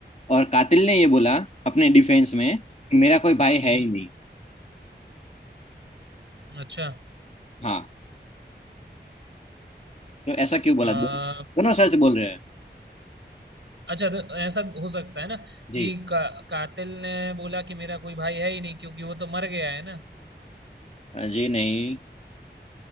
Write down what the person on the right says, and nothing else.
हम्म
अच्छा
अ,
अच्छा तो ऐसा हो सकता है ना
कि का, कातिल ने बोला कि मेरा कोई भाई है ही नहीं क्योंकि वो तो मर गया है ना